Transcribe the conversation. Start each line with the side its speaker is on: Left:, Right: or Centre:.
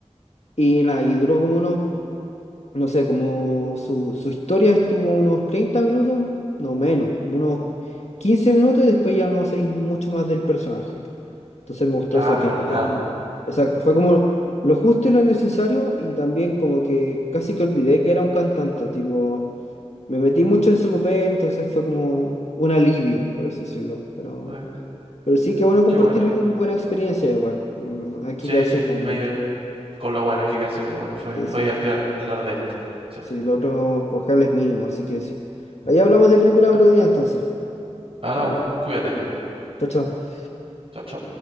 Left: y nada, y duró como unos no sé, como su, su historia estuvo unos 30 minutos, no menos, como unos quince minutos y después ya no sé mucho más del personaje. Entonces me gustó
Right: Ah,
Left: eso,
Right: pero
Left: que lo
Right: la
Left: metieron.
Right: nada.
Left: Exacto, fue como lo justo y lo necesario y también como que casi que olvidé que era un cantante, tipo, me metí mucho en su papel, entonces fue como un alivio, por así decirlo. Pero,
Right: Eh,
Left: pero sí, que bueno
Right: qué
Left: compartir
Right: bueno.
Left: buena experiencia igual. mm, Hay que
Right: Sí,
Left: quedarse
Right: sí,
Left: con...
Right: me diver- Con lo bueno, hay que quedarse con lo bueno. Fue,
Left: sí,
Right: fue
Left: sí,
Right: divertido hablar de esto. Sí.
Left: Sí, lo otro por cable es mínimo, así que sí. Ahí hablamos de película
Right: Ah,
Left: otro día entonces.
Right: Hablamos,
Left: Mm,
Right: cuídate.
Left: Chao, chao.
Right: Chao, chao.